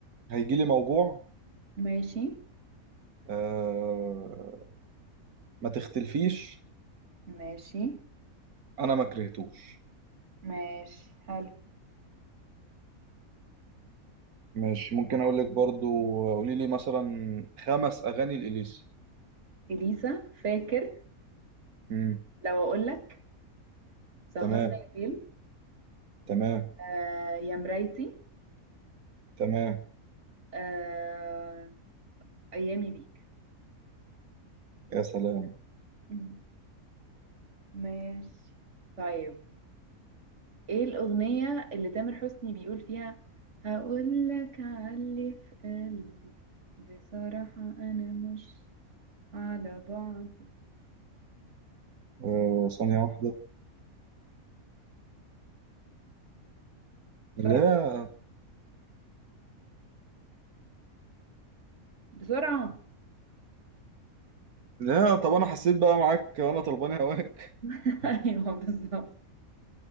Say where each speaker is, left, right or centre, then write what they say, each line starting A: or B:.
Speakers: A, on the right (about 80°); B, on the right (about 50°).
A: هيجيلي موجوع
B: ماشي
A: آه، ما تختلفيش
B: ماشي
A: أنا ما كرهتوش
B: ماشي حلو
A: ماشي ممكن أقول لك برضو قولي لي مثلا خمس أغاني لإليسا
B: اليسا فاكر
A: مم.
B: لو اقول لك سهرنا
A: تمام
B: الليل
A: تمام
B: آه يا مرايتي
A: تمام
B: آه ايامي بيك
A: يا سلام
B: مم. ماشي طيب ايه الأغنية اللي تامر حسني بيقول فيها هقول لك علي في قلبي بصراحة أنا مش على بعضي
A: آه، ثانية واحدة
B: بسرعة
A: لا
B: بسرعة
A: لا طب أنا حسيت بقى معاك وأنا طلباني هواك
B: <laughs> أيوه بالظبط